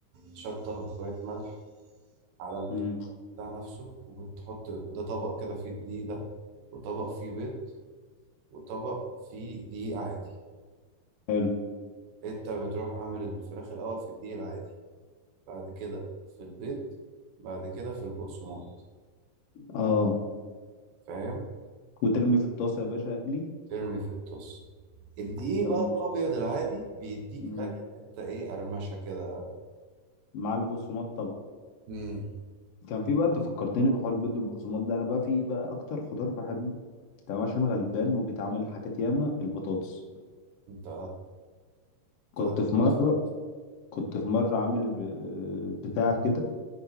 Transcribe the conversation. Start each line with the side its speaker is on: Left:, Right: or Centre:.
Right: شطة وشوية ملح على البتاع
Left: امم
Right: نفسه وبتحط ده طبق كده فيه الدقيق ده وطبق فيه بيض وطبق فيه دقيق عادي
Left: حلو
Right: انت بتروح عامل الفراخ الأول في الدقيق العادي بعد كده في البيض بعد كده في البقسماط
Left: اه
Right: فاهم
Left: وترمي في الطاسه يا باشا اقلي
Right: ترمي في الطاسة الدقيق
Left: كان
Right: بقى الأبيض العادي بيديك
Left: مم.
Right: بقى كده حتة إيه قرمشة كده
Left: مع البقسماط طبعا
Right: مم.
Left: كان في بقى انت فكرتني بحوار البيض والبقسماط ده انا بقى في ايه بقى اكتر خضار بحبه تمام عشان غلبان وبيتعمل حاجات ياما البطاطس
Right: انت تودي
Left: كنت في
Right: بقى
Left: مره كنت في مره عامل ب- بتاع كده